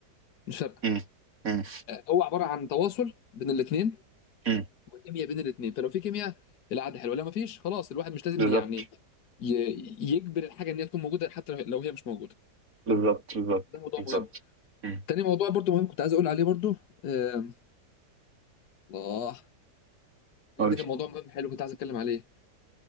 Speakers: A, on the left; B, on the right.
A: مش فارقه
B: امم امم
A: هو عباره عن تواصل بين الاثنين
B: امم
A: والكيمياء بين الاثنين فلو في كيمياء العاده حلوه لو ما فيش خلاص الواحد مش لازم
B: بالظبط
A: يعني ي- يجبر الحاجه ان هي تكون موجوده حتى لو لو هي مش موجوده
B: بالظبط بالظبط
A: ده موضوع
B: بالظبط.
A: مهم
B: امم
A: تاني موضوع برضو مهم كنت عايز اقول عليه برضو آم، الله بجد
B: قول
A: كان موضوع مهم حلو كنت عايز اتكلم عليه